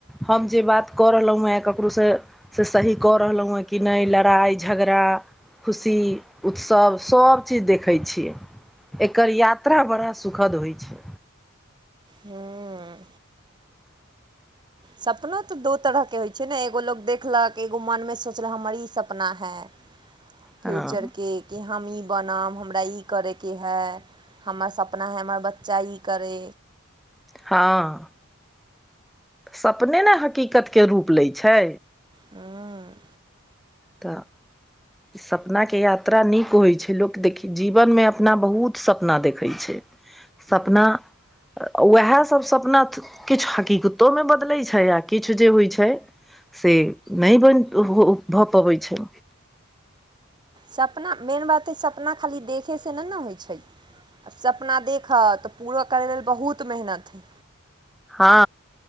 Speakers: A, in the centre; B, on the right (about 20°).
A: हम जे बात कऽ रहलहुँ ककरोसँ से सही कऽ रहलहुँ हेँ कि नहि लड़ाइ झगड़ा खुशी उत्सव सभचीज देखैत छियै एकर यात्रा बड़ा सु सुखद होइ छै
B: हँ
A: <inaudible>
B: सपनो तऽ दू तरहके होइत छै ने एगो लोक देखलक एगो मोनमे सोचलक हमर ई सपना है फ्यूचरके
A: हँ
B: कि हम ई बनाब हमरा ई करयके हाइ हमर सपना है हमर बच्चा ई करै
A: हँ सपने ने हकीकतके रूप लैत छै
B: हँ
A: तऽ सपनाके यात्रा नीक होइ छै लोक देख जीवनमे अपना बहुत सपना देखैत छै सपना उएह सब सपना किछु हकीीकत ोमे बदलैत छै आ किछु जे होइ छै से नहि बन हो भऽ पबैत छै
B: सपना मेन बात हइ सपना खाली देखैसँ नहि ने होइ छै आ सपना देखह तऽ पूरो करय लेल बहुत मेहनत हइ
A: हँ